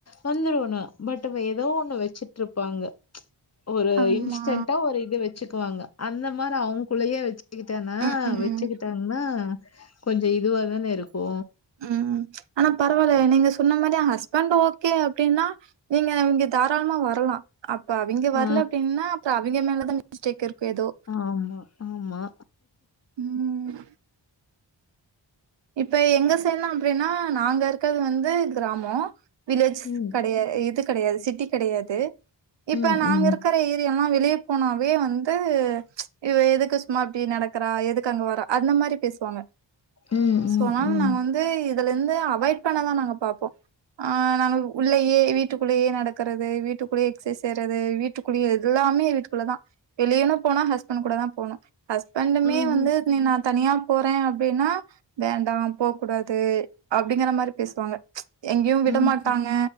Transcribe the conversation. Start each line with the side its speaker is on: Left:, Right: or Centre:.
Left: வந்துருவ்ன்னும் பட் இவ ஏதோ ஒண்ணு வெச்சுட் இருப்பாங்க ஒரு
Right: ஆமா
Left: இன்ஸ்டன்டா ஒரு இது வச்சுக்குவாங்க அந்த மாரி அவுங்குள்ளயே வெச் இதன
Right: உம் உம்
Left: வச்சுக்கிட்டாங்ன்னா கொஞ்சோ இதுவா தானே இருக்கூ
Right: ம் ஆனா பரவாயில்ல நீங்க சொன்ன மாரி ஹஸ்பண்ட் ஓகே அப்டின்னா நீங்க இங்க தாராளமா வரலா அப்ப அவிங்க
Left: ஆ
Right: வரல அப்டின்னா அப்புறம் அவிங்க மேலதா மிஸ்டேக் இருக்கூ ஏதோ
Left: ஆமா ஆமா
Right: ம் இப்ப எங்க செய்ட்லா அப்டின்னா நாங்க இருக்கிறது வந்து கிராமோ வில்லேஜ்
Left: ம்
Right: கொடயா இது கொடையாது சிட்டி கொடையாது
Left: ம்
Right: இப்ப நாங்க
Left: ம்
Right: இருக்கிற ஏரியலா வெளியப் போனாவே வந்து இவ எதுக்கு சும்மா இப்யேடி நடக்கறா எதுக்கு அங்க வரா அந்த மேரி பேசுவாங்க
Left: ம்
Right: சோ
Left: ம்
Right: அத்னால
Left: ம்
Right: நாங்க வந்து இதுல இருந்து அவாய்ட் பண்ண தா நாங்க பாப்போ ஆ நாங்க உள்ளயே வீட்டுக்குள்ளேயே நடக்கறது வீட்டுக்குள்ளேயே எக்சசைஸ் செய்யறது வீட் ட்டுக்குளள்ளியே எல்லாமே வீட்டுக்குள்ள தா வெளியனா போனா ஹஸ்பண்ட் கூட தா போனோ ஹஸ்பண்டுமே
Left: ம்
Right: வந்து நீ தனியா போறே அப்டின்னா வேண்டா போவ்க் கூடாது அப்டிங்கற மாரி பேசுவாங்க எங்கேயூ விட
Left: ம்
Right: மாட்டாங்க